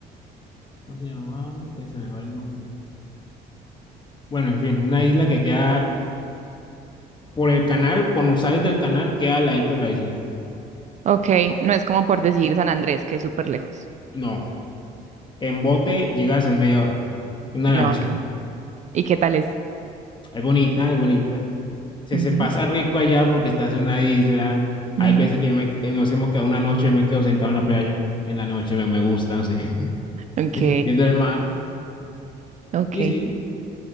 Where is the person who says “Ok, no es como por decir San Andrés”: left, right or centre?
Right